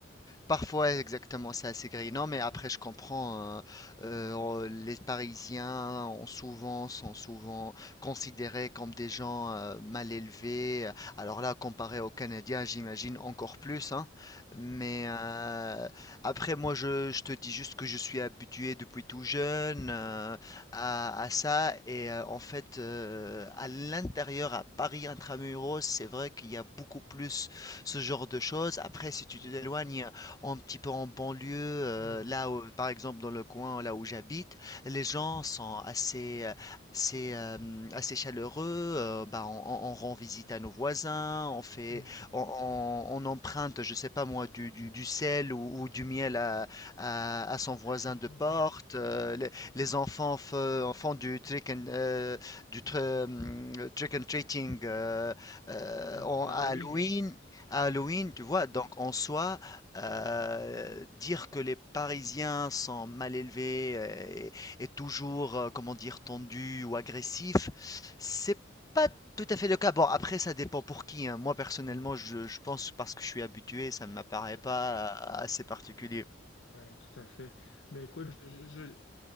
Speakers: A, on the left; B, on the left.
A: Parfois, exactement, c'est assez grisant, mais après, je comprends. hein, euh, on- les Parisiens ont souvent, sont souvent considérés comme des gens euh, mal élevés. euh, Alors là, comparé aux Canadiens, j'imagine encore plus. hein.
B: Hmm,
A: Mais euh, après, moi, je, je te dis juste que je suis habitué depuis tout jeune euh,
B: ouais.
A: à, à ça. Et euh, en fait, euh, à l'intérieur, à Paris intramuros, c'est vrai qu'il y a beaucoup plus ce genre de choses. Après, si tu
B: Hmm,
A: t'éloignes, un petit peu en banlieue, euh,
B: hmm,
A: là où- par exemple dans le coin là où j'habite, les gens sont assez, euh, assez, euh, hum, assez chaleureux. euh, bah, on, on- on rend visite à nos voisins, on fait,
B: Mhm.
A: on, on- on emprunte, je sais pas moi, du, du, du sel ou, ou du miel à, à, à son voisin
B: hmm.
A: de porte.
B: <laughs>
A: euh, les, les enfants fe- font du trick and, euh, du tr- hum, trick and treating euh, euh,
B: Ah,
A: en-
B: Pour l'Halloween,
A: à Halloween.
B: hein.
A: À Halloween,
B: ok.
A: tu vois, donc en soi, euh, dire que les Parisiens sont mal élevés euh, et, et toujours, euh, comment dire, tendus ou agressifs,
B: Hmm,
A: c'est pas tout à fait le cas. Bon, après, ça dépend pour qui, hein. Moi, personnellement,
B: hmm,
A: je, je pense parce que je suis habitué, ça ne m'apparaît
B: ouais,
A: pas euh, assez particulier.
B: ouais, tout à fait. Mais écoute, je, je, je-